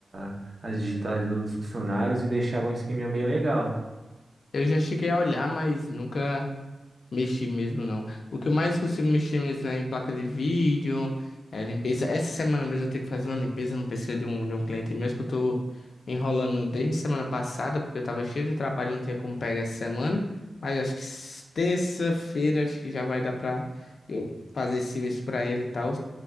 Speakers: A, on the right; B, on the left.
A: a- as digitais dos funcionários e deixava um esqueminha bem legal.
B: Eu já cheguei a olhar, mas nunca mexi mesmo, não. O que eu mais consigo mexer mesmo é em placa de vídeo, é limpeza. Essa semana mesmo eu tenho que fazer uma limpeza no PC de um, de um cliente mesmo, que eu tô enrolando desde a semana passada, porque eu tava cheio de trabalho, não tinha como pegar essa semana. Mas acho que s- terça-feira acho que já vai dar pra eu fazer esse serviço pra ele e tal.